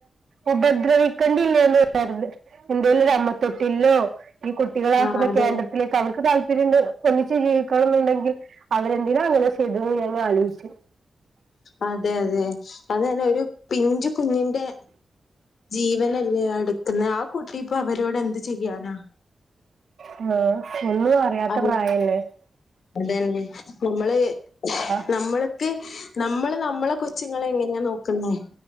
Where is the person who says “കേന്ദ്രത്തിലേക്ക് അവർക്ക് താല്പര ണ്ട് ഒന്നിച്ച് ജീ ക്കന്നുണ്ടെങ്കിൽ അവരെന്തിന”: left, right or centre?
Right